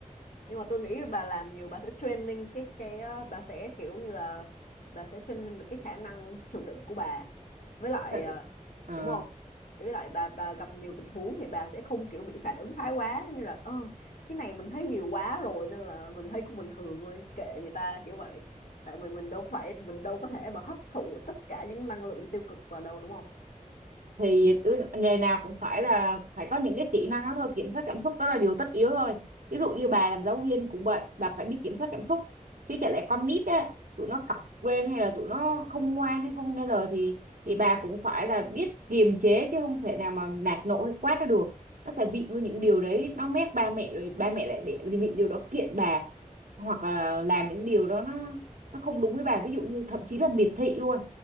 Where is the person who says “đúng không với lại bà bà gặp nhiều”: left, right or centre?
Left